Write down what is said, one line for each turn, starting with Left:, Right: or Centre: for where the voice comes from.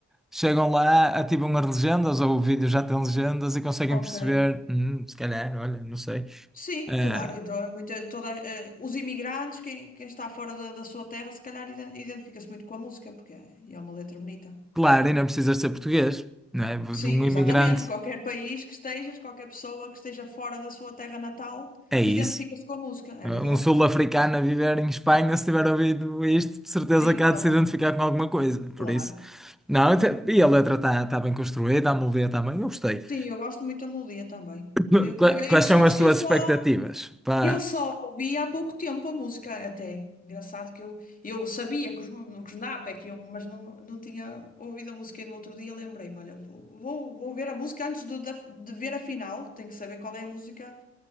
Centre: Chegam lá, ativam as legendas, ou o vídeo já tem legendas e conseguem
Left: Ok.
Centre: perceber. Hum, se calhar, olha, não sei.
Left: Sim,
Centre: Ah,
Left: claro, então é muita, toda, eh, os imigrantes, quem, quem está fora da, da sua terra, se calhar iden- identifica-se muito com a música, porque é, é uma letra bonita.
Centre: claro, e não precisas ser português, não é?
Left: Sim,
Centre: Um imigrante
Left: exatamente. Qualquer país que estejas, qualquer pessoa que esteja fora da sua terra natal,
Centre: é isso.
Left: identifica-se com a música, é
Centre: Eh,
Left: verdade.
Centre: Um sul-africano a viver em Espanha, se tiver ouvido isto, de certeza
Left: Sim,
Centre: que há
Left: também,
Centre: de se identificar com alguma coisa.
Left: claro.
Centre: Por isso, não, e a letra está tá tá bem construída, a melodia está bem, eu gostei.
Left: Sim, eu gosto muito da melodia também.
Centre: <coughs>
Left: Eu, por
Centre: Qua-
Left: acaso-
Centre: Quais
Left: e
Centre: são
Left: sabes
Centre: as
Left: que
Centre: suas
Left: eu só,
Centre: expectativas? Pá,
Left: eu só ouvi há pouco tempo a música, até é engraçado que eu, eu sabia que os, que os Napa que iam, mas não, não tinha ouvido a música e no outro dia lembrei-me, olha, vou, vou, vou ver a música antes do- da- de, ver a final, tenho que saber qual é a música